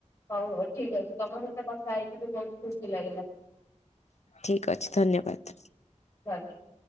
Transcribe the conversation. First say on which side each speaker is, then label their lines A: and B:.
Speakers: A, on the left; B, on the left.
A: ହଉ ହଉ ଠିକ୍ ଅଛି ତମ ସହିତ କଥା ହେଇକି ବି ବହୁତ ଖୁସି ଲାଗିଲା।
B: ଠିକ ଅଛି ଧନ୍ୟବାଦ।
A: <unintelligible>